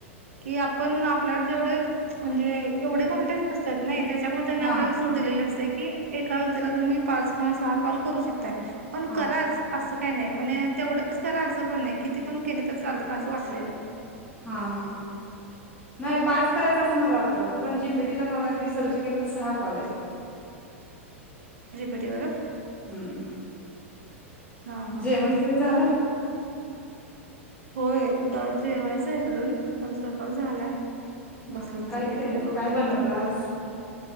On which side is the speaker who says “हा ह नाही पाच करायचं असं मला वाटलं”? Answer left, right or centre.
Left